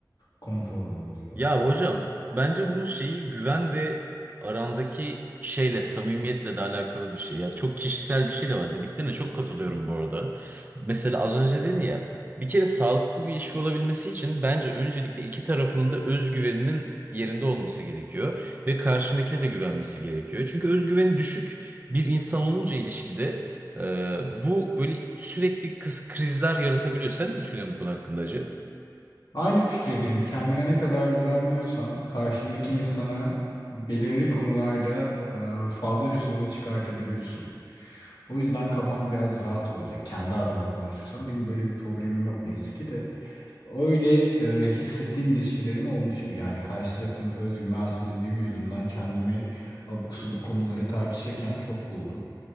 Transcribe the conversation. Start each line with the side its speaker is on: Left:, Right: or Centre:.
Left: konforlu oluyor.
Right: Ya hocam bence bunun şeyi güven ve arandaki şeyle samimiyetle de alakalı bir şey. Ya çok kişisel bir şey de var. Dediklerine çok katılıyorum bu arada. Mesela az önce dedin ya bir kere sağlıklı bir ilişki olabilmesi için bence öncelikle iki tarafının da özgüveninin yerinde olması gerekiyor ve karşındakine de güvenmesi gerekiyor. Çünkü özgüveni düşük bir insan olunca ilişkide e, bu böyle sürekli kız krizler yaratabiliyor. Sen ne düşünüyorsun bu konu hakkında Hacı?
Left: Aynı fikirdeyim. Kendine ne kadar güvenmiyorsan karşındaki insana belirli konularda e, fazlaca sorun çıkartabiliyorsun. O yüzden kafam biraz rahat olacak. Kendi adıma konuşursam benim böyle bir problemim yok neyse ki de. Öyle e, hissettiğim ilişkilerim olmuştu. Yani karşı tarafın özgüvensizliği yüzünden kendimi abuk subuk konuları tartışırken çok buldum.